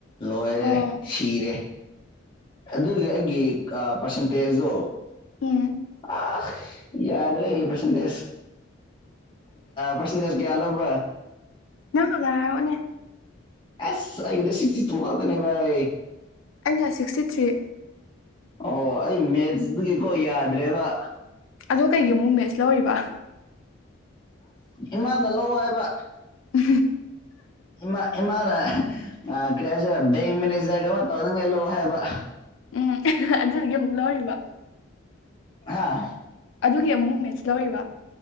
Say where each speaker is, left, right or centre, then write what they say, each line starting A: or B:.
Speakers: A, on the left; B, on the left.
A: ꯂꯣꯏꯔꯦ
B: ꯑꯣ
A: ꯁꯤꯔꯦ ꯑꯗꯨꯒꯤ ꯑꯩꯒꯤ ꯄꯔꯁꯟꯇꯦꯖꯨ
B: ꯏ <unintelligible> <inaudible>
A: ꯑ ꯌꯥꯗ꯭ꯔꯦꯒꯤꯦ ꯄ꯭ꯔꯁꯇꯦꯁ ꯄꯁꯟꯗꯦꯖ ꯀꯦꯌꯥꯂꯣꯕ
B: ꯅ ꯍꯂ ꯑꯣꯅꯦ
A: ꯑꯦꯁ ꯑꯩꯕꯨꯗꯤꯁꯤ ꯀꯗꯅꯦꯚꯥꯏ
B: ꯑꯩꯅ ꯁꯤꯛꯁꯇꯤ ꯊ꯭ꯔꯤ
A: ꯑꯣ ꯑꯩ ꯃꯦꯠꯁꯇꯒꯤꯀꯣ ꯌꯥꯗ꯭ꯔꯦꯗ
B: ꯑꯗꯣ ꯀꯩꯒꯤ ꯑꯃꯣꯛ ꯃꯦꯁ ꯂꯧꯔꯤꯕ
A: ꯏꯃꯥꯗ ꯂꯧ ꯍꯥꯏꯕ
B: ꯎ
A: ꯏꯃꯥ ꯏꯃꯥꯅ ꯀꯩ ꯍꯥꯏꯁꯦ ꯕꯦꯡ ꯃꯦꯅꯦꯖꯔꯒ ꯑꯃ ꯇꯧꯅꯤꯡꯉꯥꯏ ꯂ ꯍꯥꯏꯕ
B: ꯎꯝ ꯑꯗꯨꯗꯤ ꯑꯃꯨꯛ ꯂꯧꯔꯤꯕ
A: ꯍꯥꯥ
B: ꯑꯗꯨꯒꯤ ꯑꯃꯨꯛ ꯃꯦꯠꯁ ꯂꯧꯔꯤꯕ